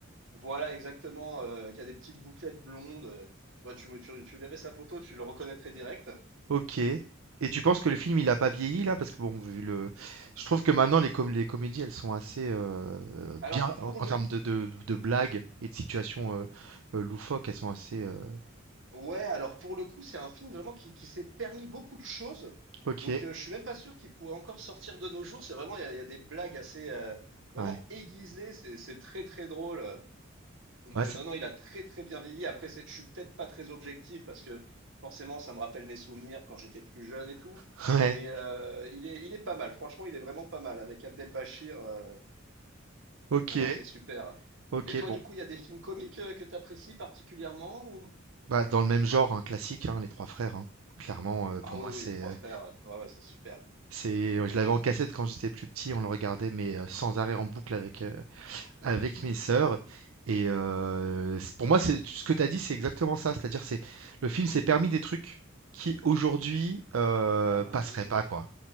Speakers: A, on the right; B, on the right.
A: voilà exactement, heu, qui a des petites bouclettes blondes, heu, bah, tu me tu tu verrais sa photo, tu le reconnaîtrais direct.
B: OK. Et tu penses que le film, il a pas vieilli là? Parce que bon, vu le je trouve que maintenant les com les comédies, elles sont assez, heu,
A: Alors
B: bien
A: pour
B: en en
A: le
B: termes de de de blagues et de situations, heu heu, loufoques, elles sont assez, heu
A: ouais, alors pour le coup, c'est un film vraiment qui qui s'est permis beaucoup de choses,
B: OK,
A: donc heu, je suis même pas sûr qu'il pourrait encore sortir de nos jours. C'est vraiment il y a il y a des blagues assez, heu, vraiment
B: ouais.
A: aiguisées, c'est c'est très, très drôle, Donc,
B: Ouais,
A: euh,
B: ça
A: non, non, il a très très bien vieilli. Après, c'est- je suis peut-être pas très objectif parce que forcément, ça me rappelle mes souvenirs quand j'étais plus jeune et tout.
B: <laughs> ouais,
A: Mais euh, il est, il est pas mal. Franchement, il est vraiment pas mal avec Abdelbachir. euh,
B: OK,
A: Non, non, c'est super.
B: OK,
A: Et toi,
B: bon.
A: du coup, il y a des films comiques euh, que tu apprécies particulièrement ou...
B: Bah, dans le même genre, hein, classique, hein, Les 3 frères, hein. Clairement, heu, pour
A: Ah
B: moi,
A: oui, oui,
B: c'est,
A: les trois
B: heu,
A: frères. euh, Ouais, ouais, c'est super.
B: c'est je l'avais en cassette quand j'étais plus petit, on le regardait, mais, heu, sans arrêt en boucle avec, euh, Avec mes sœurs et heu, c pour moi, c'est ce que tu as dit, c'est exactement ça. C'est-à-dire, c'est le film s'est permis des trucs qui aujourd'hui, heu,
A: Ah bah
B: passeraient
A: oui, oui.
B: pas, quoi.